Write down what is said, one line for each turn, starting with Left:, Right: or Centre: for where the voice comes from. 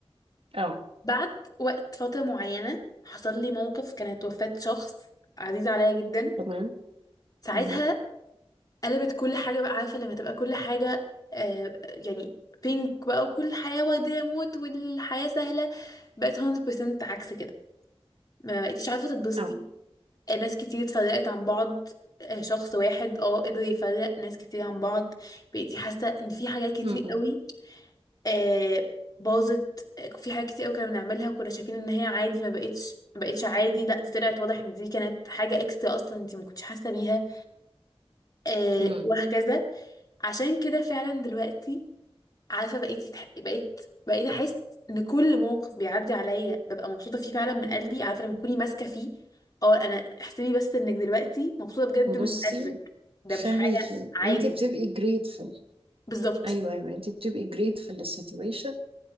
Right: اه
Left: بعد وقت فترة معينة حصل لي موقف كانت وفاة شخص عزيز عليا جدا
Right: تمام
Left: ساعتها
Right: مهم.
Left: قلبت كل حاجة بقى عارفة لما تبقى كل حاجة آه يعني بينك بقى وكل حياة وردية موت والحياة سهلة بقت 100% عكس كده ما بقيتيش عارفة تتبسطي
Right: اه
Left: ناس كتير اتفرقت عن بعض آه، شخص واحد اه قدر يفرق ناس كتير عن بعض بقيتي حاسة ان في حاجات كتير
Right: مم.
Left: قوي آه، باظت آه، في حاجات كتير قوي كنا بنعملها وكنا شايفين ان هي عادي ما بقتش ما بقتش عادي لا دي طلعت واضح ان دي كانت حاجة اكسترا اصلا انت ما كنتش حاسة بيها آه،
Right: مم.
Left: وهكذا عشان كده فعلا دلوقتي عارفه بقيتي تح... بقيت بقيت احس ان كل موقف بيعدي عليا ببقى مبسوطه فيه فعلا من قلبي عارفه لما تكوني ماسكه فيه اه انا احسبي بس انك دلوقتي مبسوطه بجد
Right: بصي
Left: من قلبك ده
Right: فاهماكي
Left: مش حاجه عادي
Right: انتي بتبقي grateful
Left: بالظبط
Right: ايوه ايوه انتي بتبقي grateful للسيتويشن